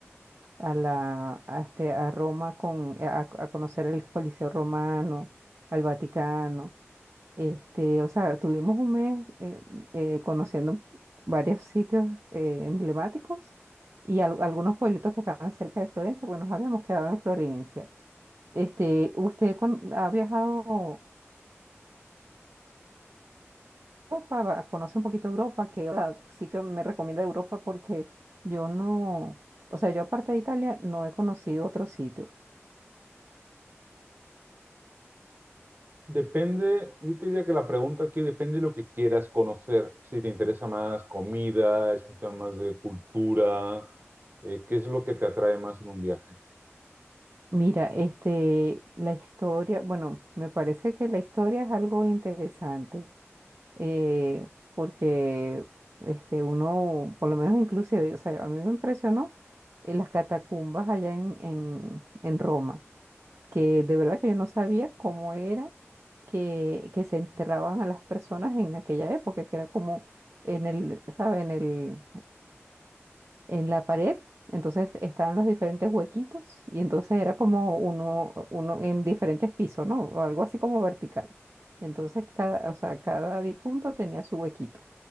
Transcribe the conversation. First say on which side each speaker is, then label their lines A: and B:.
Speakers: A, on the right; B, on the right.
A: a, la, a, este, a Roma con, a a conocer el Coliseo Romano, al Vaticano. Este, o sea, tuvimos un mes eh, eh, conociendo varios sitios eh, emblemáticos y al- algunos pueblitos que estaban cerca de Florencia, pues nos habíamos quedado en Florencia. Este, ¿usted con- ha viajado a Europa? Va- ¿Conoce un poquito Europa? ¿Qué ah, sitio me recomienda de Europa? Porque yo no, o sea, yo aparte de Italia no he conocido otro sitio.
B: Depende, yo te diría que la pregunta aquí depende de lo que quieras conocer. Si te interesa más comida, es un tema más de cultura, eh, ¿qué es lo que te atrae más en un viaje?
A: Mira, este, la historia, bueno, me parece que la historia es algo interesante. eh, porque este, uno, por lo menos inclusive, o sea, a mí me impresionó eh, las catacumbas allá en, en, en Roma, que de verdad que yo no sabía cómo era que, que se enterraban a las personas en aquella época, que era como en el, ¿sabe? En el, en la pared, entonces estaban los diferentes huequitos y entonces era como uno, uno en diferentes pisos, ¿no? O algo así como vertical. Entonces cada, o sea, cada difunto tenía su huequito